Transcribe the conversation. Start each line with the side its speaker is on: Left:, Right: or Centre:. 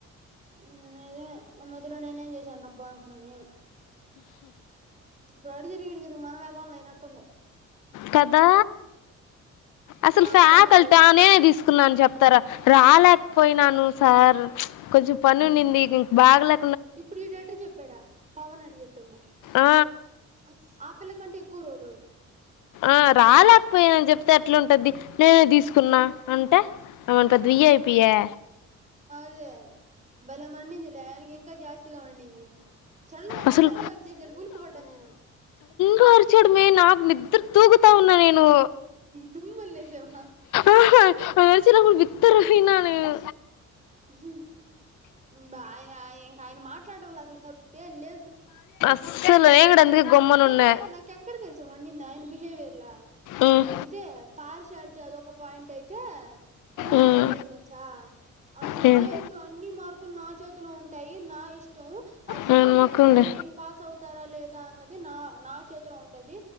Right: ఉమ్ <unintelligible> మద్దిలొ నేనేం జేశానబ్బా అన్కున్న నేను. ఇప్పుడటు దిరిగి ఇటిదిరిగి మనమెదవల్నైనట్టుంది.
Left: కదా. అసల్
Right: వా
Left: ఫ్యాకల్టానే
Right: పిల్ల వల్ల
Left: దీస్ కున్నాన్ చెప్తార రాల్యాక్ పొయ్నాను సార్ చ్ కొంచెం పనున్నింది బాగ్లా
Right: ఇప్పుడ్ ఈడేటా చెప్పాడ పవన్ అడ చెప్పిండ
Left: ఆ,
Right: అ ఆ పిల్ల కంటే ఎక్కు రోలోడు
Left: ఆ రాలేక్పోయనన్ చెప్తే ఎట్లుంటద్ది నేనే ధీస్కున్న
Right: ఉమ్
Left: అంటే ఆయన పెద్ద వి ఎ పి ఆ
Right: అదే భలే మండిందిలే ఆయ్నకింక జాస్తిగ మండింది చల్నమొక్కసారి
Left: అసలు
Right: గట్ చేశారు గుల్కు పడ్డా నేను.
Left: కోర్ చూడుమె నాక్ నిద్దర్ తూగుతా ఉన్నా నేన్ ను
Right: దుమ్మున లేసామా
Left: ఆహ ఆయ్నరచే లోపు బిత్తర పొయ్నా నేను
Right: ఉమ్ బాయాయ్ ఇంకాయ్న మాట్లాడ్డంల అసల్ తప్పే లేదు.
Left: <unintelligible>
Right: కనీ
Left: ఉన్నా
Right: నాక్ ఎక్కడ తెల్సా మడింది అయన బిహేవియర్ల
Left: ఉమ్,
Right: ఇదే పార్షయాలిటీ అదోక పాయింట్ అయితే రెండో
Left: ఉమ్,
Right: పాయింట్ ఏం తెల్సా అంతే
Left: నేను-
Right: జేన్ అన్ని మార్కుల్ నా చేతిలో ఉంటాయి నా ఇష్టం ఆ జాయింట్
Left: నేను మొక్కండి
Right: గూడ మీరు పాస్ అవుతార లేదా అన్నద్ ది నా నా చేతిలో ఉంటది